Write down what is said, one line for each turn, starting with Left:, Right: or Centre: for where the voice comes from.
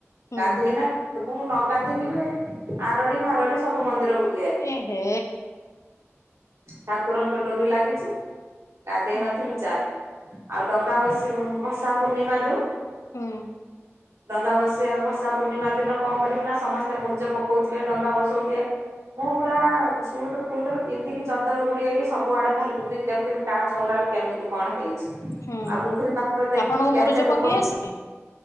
Left: ହୁଁ
Right: ଗାଧେଇନା ମୁଁ ନ ଗାଧେଇକି ବି ଆରଡି ଫାରଡି ସବୁ ମନ୍ଦିର ବୁଲ
Left: ଏ ହେ।
Right: ଠାକୁରଙ୍କ ଡୋରି ଲାଗିଛି। ଗାଧେଇ
Left: ହୁଁ
Right: ନଥିମି ଚାଲ ଆଉ ଡଙ୍ଗା ବସିକି ମୁଁ ଭସା ପୂର୍ଣ୍ଣିମା ଯୋଉ
Left: ହୁଁ
Right: ଡଙ୍ଗା ଭସେଇବା ଭସା ପୂର୍ଣ୍ଣିମା ଦିନ କଣ କରିମି ନା ସମସ୍ତେ ମୁୂରୁଜ ପକଉଥିବେ, ଡଙ୍ଗା ବସଉଥିବେ। ମୁଁ ପୁରା ସୁଇଟର ଫୁଇଟର ପିନ୍ଧିକି ଚଦର ଘୁଡି ହେଇକି ସବୁ ଆଡେ ଖାଲି ବୁଲିକି ଦେ ତିମି ତା ଚଉଁରାରୁ କେମିତି କଣ ହେଇ
Left: ହୁଁ।
Right: ଆଉ ପୁଖରୀ ପାତ୍ର ଦେଖିବି
Left: ଆପଣଙ୍କୁ
Right: କେତେ
Left: ମୁରୁଜ
Right: ଲୋକ
Left: ପକେଇ ଆସେ